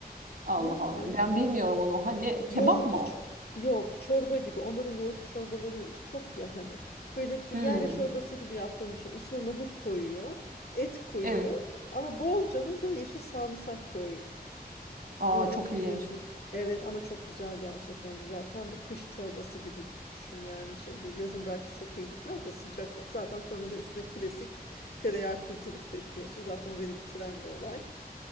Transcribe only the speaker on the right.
Allah
Allah. Ben bilmiyorum onu. Ha, ne?
Kebap mı o?
Hmm,
evet.
Aa,
çok
ilginç.